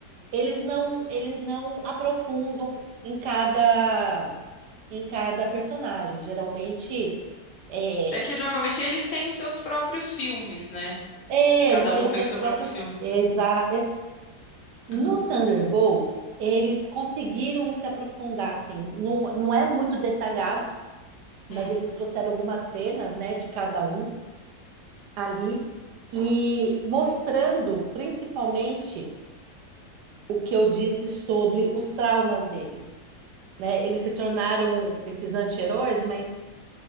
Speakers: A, on the right; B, on the left.
A: eles não eles não aprofundam em cada em cada personagem. Geralmente é,
B: É que normalmente eles têm os seus próprios filmes, né?
A: é,
B: Cada
A: eles têm
B: um
A: os
B: tem
A: seus
B: o seu
A: próprios.
B: próprio filme.
A: Exa, No
B: Aham.
A: Thunderbolts, eles conseguiram se aprofundar, assim, não, não é muito detalhado, mas
B: Hum,
A: eles trouxeram algumas cenas, né, de cada um ali, e mostrando principalmente o que eu disse sobre os traumas deles, né? Eles se tornaram esses anti-heróis, mas